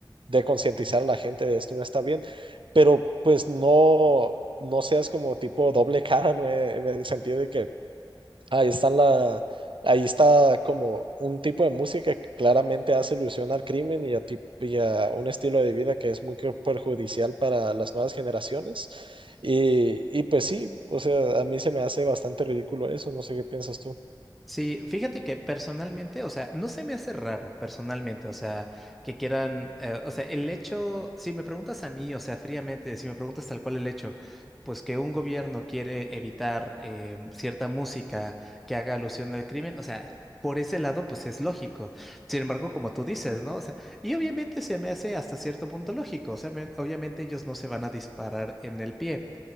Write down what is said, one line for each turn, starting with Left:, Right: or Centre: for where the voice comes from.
Right: de concientizar a la gente de esto no está bien, pero pues no, no seas como tipo doble cara, ¿no? En el sentido de que Ahí están la, ahí está como un tipo de música que claramente hace ilusión al crimen y a, tip- y a un estilo de vida que es muy que- perjudicial para las nuevas generaciones. Y, y pues sí, o sea, a mí se me hace bastante ridículo eso, no sé qué piensas tú.
Centre: Sí, fíjate que personalmente, o sea, no se me hace raro personalmente, o sea, que quieran, eh, o sea, el hecho, si me preguntas a mí, o sea, fríamente, si me preguntas tal cual el hecho, pues que un gobierno quiere evitar eh, cierta música que haga alusión al crimen, o sea, por ese lado, pues es lógico. Sin embargo, como tú dices, ¿no? O sea, y obviamente se me hace hasta cierto punto lógico, o sea, me- obviamente ellos no se van a disparar en el pie.